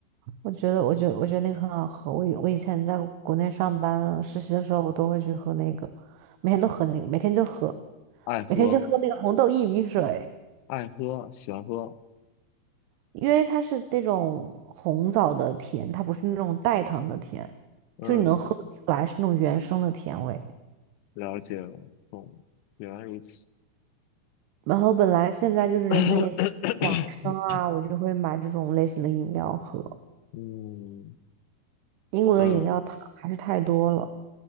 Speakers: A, on the right (about 85°); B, on the left (about 85°).
A: 我觉得我觉得我觉得那个很好喝。我以我以前在国内上班实习的时候，我都会去喝那个，每天都喝那个，每天就喝，
B: 爱喝，
A: 每天就喝那个红豆薏米水。
B: 爱喝，喜欢喝。
A: 因为它是那种红枣的甜，它不是那种代糖的甜，
B: 嗯，
A: 就你能喝得出来是那种原生的甜味。
B: 了解了，懂了原来如此。
A: 然后本来现在就是人们也挺养生啊，
B: <coughs>
A: 我就会买这种类型的饮料喝。
B: 嗯
A: 英国的饮料糖还是太多了，
B: 嗯。